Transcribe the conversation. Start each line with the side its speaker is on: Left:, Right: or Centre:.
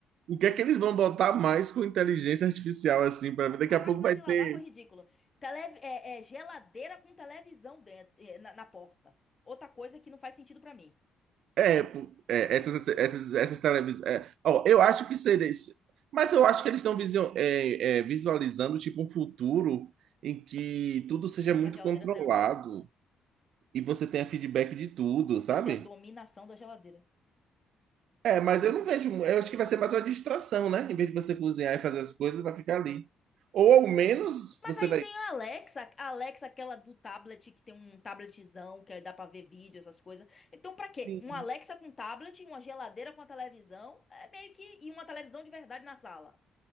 Right: o que é que eles vão botar mais com inteligência artificial, assim, para
Left: Não,
Right: ver. Daqui
Left: a
Right: a
Left: máquina
Right: pouco vai
Left: de
Right: ter.
Left: lavar foi ridícula. Tele, é, é geladeira com televisão dentro, é, na, na porta. Outra coisa que não faz sentido pra mim,
Right: É, é, essas, essas, essas televisões. ó, eu acho que seria. isso. Mas eu acho que eles estão visio- é, é, visualizando tipo um futuro em que tudo seja muito
Left: que a geladeira
Right: controlado
Left: sai andando.
Right: e você tenha feedback de tudo, sabe?
Left: Vai ser a dominação da geladeira.
Right: É, mas eu não vejo. mu- Eu acho que vai ser mais uma distração, né? Em vez de você cozinhar e fazer as coisas, vai ficar ali. Ou ao menos
Left: Mas
Right: você
Left: aí
Right: vai.
Left: tem a Alexa, a Alexa aquela do tablet, que tem um tabletzão, que aí dá pra ver vídeo, essas coisas. Então, pra quê?
Right: Sim.
Left: Uma Alexa com tablet, uma geladeira com a televisão, é meio que... E uma televisão de verdade na sala.